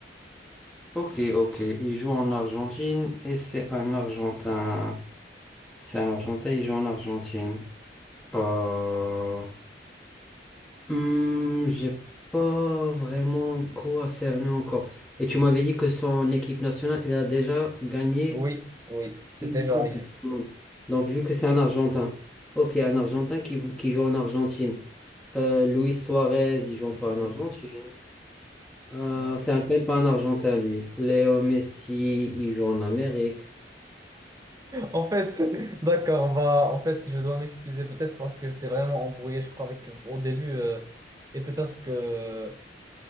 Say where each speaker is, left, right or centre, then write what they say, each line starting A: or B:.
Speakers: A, in the centre; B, on the right.
A: Ok, ok. Il joue en Argentine et c'est un Argentin. C'est un Argentin, il joue en Argentine. Pas. Hmm, j'ai pas vraiment quoi cerner encore. Et tu m'avais dit que son équipe nationale, elle a déjà gagné
B: Oui, oui, c'est
A: une
B: déjà
A: Coupe
B: arrivé.
A: du Monde. Donc vu que c'est un Argentin. Ok, un Argentin qui, vou- qui joue en Argentine. Euh, Luis Suarez, il joue
B: Mm,
A: pas
B: mm,
A: en Argentine. Euh,
B: non.
A: c'est un- même pas un Argentin, lui. Léo Messi, il joue en Amérique.
B: En fait, <laughs> d'accord, bah, en fait, je dois m'excuser peut-être parce que j'étais vraiment embrouillé, je crois, avec, au début. euh, et peut-être que,